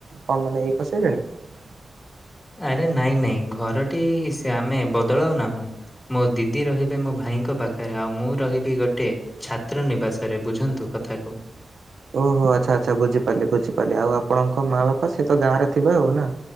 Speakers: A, on the right; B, on the left.
A: କଣ ମାନେ ଇଏ କରି ସାରିଲେଣି। <unintelligible>
B: ଆରେ ନାଇଁ ନାଇଁ ଘରଟି ସେ ଆମେ ବଦଳାଉ ନାହୁଁ ମୋ ଦିଦି ରହିବେ ମୋ ଭାଇ ଭାଇଙ୍କ ପାଖରେ ଆଉ ମୁଁ ରହିବି ଗୋଟେ ଛାତ୍ର ନିବାସରେ ବୁଝନ୍ତୁ କଥାକୁ।
A: ଓହୋ ଆଚ୍ଛା ଆଚ୍ଛା ବୁଝିପାରିଲି ବୁଝିପାରିଲି ଆଉ ଆପଣଙ୍କ ମା ବାପା ସିଏ ତ ଗାଁରେ ଥିବ ଆଉ ନା।